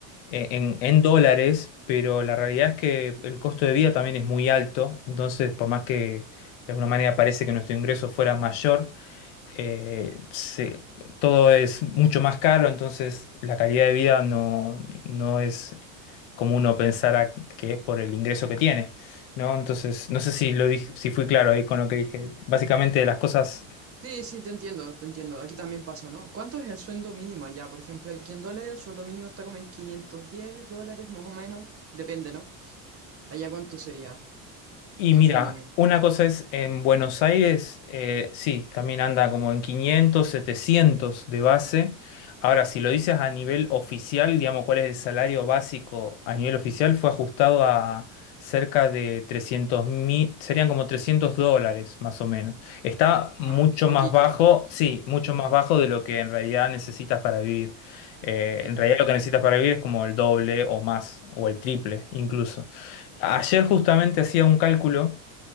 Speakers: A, on the left (about 80°); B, on the right (about 35°).
A: eh, en, en dólares, pero la realidad es que el costo de vida también es muy alto, entonces por más que de alguna manera parece que nuestro ingreso fuera mayor, eh, se- todo es mucho más caro, entonces la calidad de vida no, no es como uno pensara que es por el ingreso que tiene, ¿no? Entonces, no sé si lo dije, si fui claro ahí con lo que dije. Básicamente las cosas
B: Sí, sí, te entiendo, te entiendo. Aquí también pasa, ¿no? ¿Cuánto es el sueldo mínimo allá? Por ejemplo, aquí en dólares, el sueldo mínimo está como en 510 dólares más o menos. Depende, ¿no? Allá, ¿cuánto sería
A: Y
B: el
A: mira,
B: sueldo mínimo?
A: una cosa es en Buenos Aires, eh, sí, también anda como en 500, 700 de base. Ahora, si lo dices a nivel oficial, digamos, cuál es el salario básico a nivel oficial, fue ajustado a cerca de 300 mil, serían como 300 dólares más o menos. Está mucho
B: Ah, poquito.
A: más bajo, sí, mucho
B: Ujú,
A: más bajo de lo que en realidad necesitas para vivir. Eh,
B: ujú,
A: en realidad lo que necesitas para vivir es como el doble o más, o el triple incluso. Ayer justamente hacía un cálculo